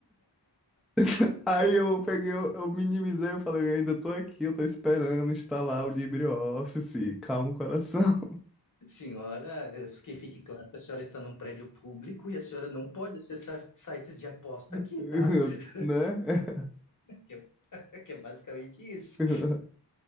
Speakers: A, in the centre; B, on the left.
A: <laughs> Aí eu peguei, eu, eu minimizei, eu falei, eu ainda tô aqui, eu tô esperando instalar o LibreOffice, calma o coração,
B: Senhora, eu- que fique claro que a senhora está num prédio público e a senhora não pode acessar sites de aposta aqui,
A: <laughs>
B: tá? <laughs>
A: né?
B: Que é, que é basicamente isso.
A: <laughs>